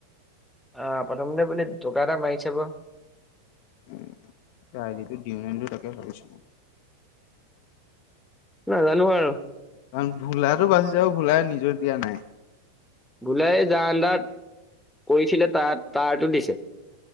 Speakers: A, in the centre; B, on the left (about 45°).
A: আ', প্ৰথমতে বোলে দুটকা এটা মাৰি চাব।
B: উম', এই আই ডিটো দিউনে নিদিওঁ তাকে ভাবিছোঁ
A: নাজানোঁ আৰু।
B: কাৰণ ভোলাটো বাচি যাব, ভোলাই নিজৰ দিয়া নাই।
A: ভোলায়ে যাৰ আণ্ডাৰত কৰিছিলে, তাৰ-তাৰটো দিছে।